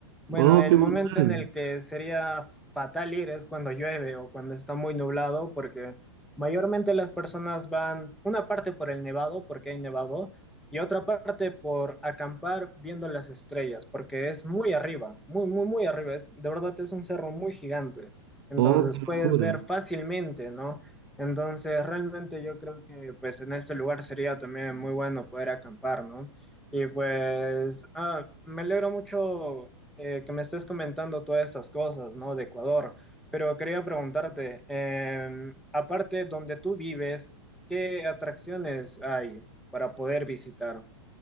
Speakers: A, in the centre; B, on the right.
A: Bueno,
B: Oh,
A: el
B: qué brutal.
A: momento en el que sería fatal ir es cuando llueve o cuando está muy nublado, porque mayormente las personas van una parte por el nevado, porque hay nevado, y otra parte por acampar viendo las estrellas, porque es muy arriba, muy, muy, muy arriba. Es, de verdad es un cerro muy gigante. Entonces
B: Oh, qué locura.
A: puedes ver fácilmente, ¿no? Entonces, realmente yo creo que pues en este lugar sería también muy bueno poder acampar, ¿no? Y pues, ah, me alegro mucho eh, que me estés comentando todas estas cosas, ¿no? De Ecuador, pero quería preguntarte, eh, aparte donde tú vives, ¿qué atracciones hay para poder visitar?